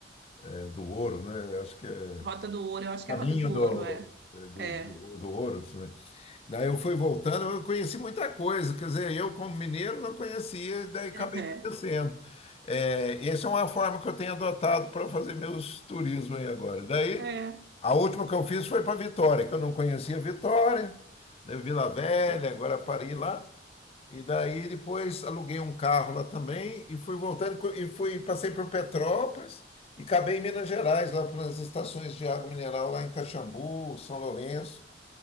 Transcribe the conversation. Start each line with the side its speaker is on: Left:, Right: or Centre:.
Left: é, do ouro, né? Acho que é
Right: Rota do Ouro, eu acho que
Left: caminho
Right: é a Rota do
Left: do,
Right: Ouro, é.
Left: é, do,
Right: É,
Left: do, do ouro. Né? Daí eu fui voltando, eu conheci muita coisa, quer dizer, eu como mineiro não conhecia, daí
Right: <laughs>
Left: acabei conhecendo. É, essa é uma forma que eu tenho adotado para fazer meus turismos aí agora. Daí,
Right: é,
Left: a última que eu fiz foi para Vitória, que eu não conhecia Vitória, daí Vila Velha, agora parei lá. E daí depois aluguei um carro lá também e fui voltando co- e fui passei por Petrópolis e acabei em Minas Gerais, lá pelas estações de água mineral lá em Caxambu, São Lourenço,